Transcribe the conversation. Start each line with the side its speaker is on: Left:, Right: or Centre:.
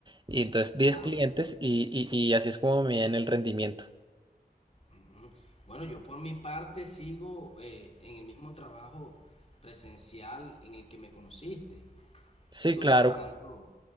Right: Y entonces diez
Left: Ah,
Right: clientes
Left: ok.
Right: y, y, y así es como me miden el rendimiento.
Left: Ujú. Bueno, yo por mi parte sigo eh, en el mismo trabajo presencial en el que me conociste.
Right: Sí,
Left: Sigo
Right: claro,
Left: trabajando